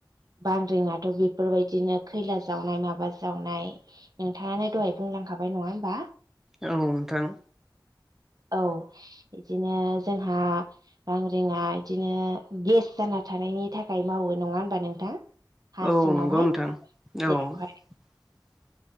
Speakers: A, on the right; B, in the centre.
A: बांग्रिंङाथ' बि बेफोरबायदिनो खैला जावनाय माबा जावनाय नोंथाङानो दहाय बुंलांखाबाय नङा होमबा
B: औ नोंथां
A: औ बिदिनो जोंहा बां रिङा बिदिनो गेस जाना थानायनि थाखाय मावो नङा होनबा नोंथां? हा
B: औ
A: सिङावहाय
B: नंगौ नोंथां औ
A: जावहाय
B: <inaudible>